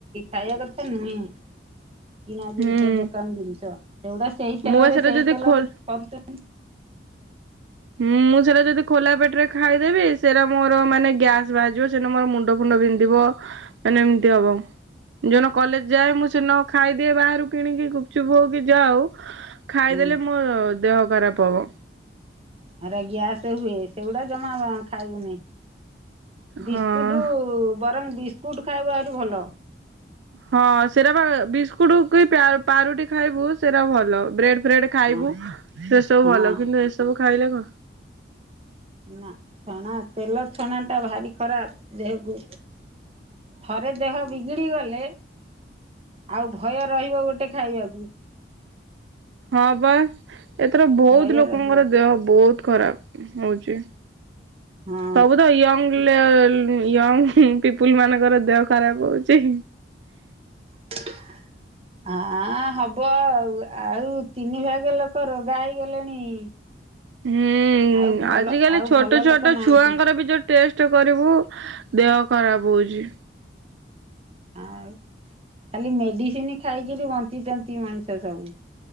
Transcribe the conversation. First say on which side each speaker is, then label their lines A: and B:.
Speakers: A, on the right; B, on the right.
A: ଖାଇବା କଥା ନୁହେଁ। କିଣା ଜିନିଷ
B: ହୁଁ
A: ଦୋକାନ ଜିନିଷ ସେଗୁଡା ସେଇ ତେଲରେ
B: ମୁଁ ବା ସେଟା
A: ସେଇ
B: ଯଦି
A: ତେଲରେ
B: ଖୋଲ
A: କରୁଛନ୍ତି।
B: ହୁଁ ମୁଁ ସେଇରା ଯଦି ଖୋଲା ପେଟରେ ଖାଇଦେବି ସେଇରା ମୋର ମାନେ ଗ୍ୟାସ ବାହାରିଯିବ। ସେଦିନ ମୋର ମୁଣ୍ଡ ଫୁଣ୍ଡ ବିନ୍ଧିବ ମାନେ ଏମତି ହବ। ଯୋଉଦିନ କଲେଜ ଯାଏ ମୁଁ ସେଦିନ ଖାଇଦିଏ ବାହାରୁ କିଣିକି ଗୁପଚୁପ୍ ହଉକି ଯାହା ହଉ ଖାଇଦେଲେ
A: ହଁ
B: ମୋ ଦେହ ଖରାପ ହବ।
A: ସେଇରା ଗ୍ୟାସ ହୁଏ ସେଗୁଡା ଜମା ବାଖାଇବୁନି। ବିସ୍କୁଟ
B: ହଁ।
A: ବରଂ ବିସ୍କୁଟ ଖାଇବୁ ଆହୁରି ଭଲ।
B: ହଁ ସେଇରା ବା ବିସ୍କୁଟ କି ପିଆ ପାଉରୁଟି ଖାଇବୁ ସେରା ଭଲ। ବ୍ରେଡ ଫ୍ରେଡ ଖାଇବୁ
A: ହଁ
B: ସେ ସବୁ
A: ହଁ
B: ଭଲ କିନ୍ତୁ ଏସବୁ ଖାଇଲେ କଣ
A: ନା ଛଣା ତେଲ ଛଣା ଟା ଭାରି ଖରାପ ଦେହକୁ। ଥରେ ଦେହ ବିଗିଡି ଗଲେ ଆଉ ଭୟ ରହିବ ଗୋଟେ ଖାଇବାକୁ।
B: ହଁ ବା ଏଥର ବହୁତ
A: ଭୟ
B: ଲୋକଙ୍କର
A: ରହିବ
B: ଦେହ ବହୁତ ଖରାପ ହଉଚି।
A: ହଁ
B: ସବୁ ତ ୟଙ୍ଗ ଲ୍ୟ ୟଙ୍ଗ ପିପୁଲ୍ ମାନଙ୍କ ତାଙ୍କର ଦେହ ଖରାପ ହଉଛି।
A: <unintelligible> ଆଁ ହବ ଆଉ ଆଉ ତିନି ଭାଗ ଲୋକ ରୋଗା ହେଇଗଲେଣି। <inaudible>
B: ହୁଁ
A: ଆଉ ଭଲ
B: ଆଜିକାଲି
A: ଆଉ
B: ଛୋଟ
A: ଭଲ
B: ଛୋଟ
A: ଲୋକ ନାହାନ୍ତି
B: ଛୁଆଙ୍କର ବି ଯୋଉ ଟେଷ୍ଟ କରିବୁ ଦେହ ଖରାପ ହଉଛି।
A: ଆଉ ଖାଲି ମେଡିସିନ ଖାଇକିରି ବଞ୍ଚିଚନ୍ତି ମଣିଷ ସବୁ।